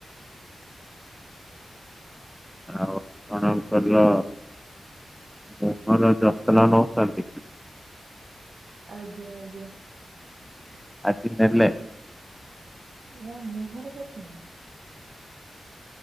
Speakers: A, in the centre; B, on the right.
A: ଆଉ କଣ କରିଲ ଦେହର ଯତ୍ନ ନଉଛନ୍ତି?
B: ଆଜ୍ଞା ଆଜ୍ଞା। ଉଁ
A: ଆଜି ନେଲେ
B: ହୁଁ। ନା ମୁହଁର ଯତ୍ନ?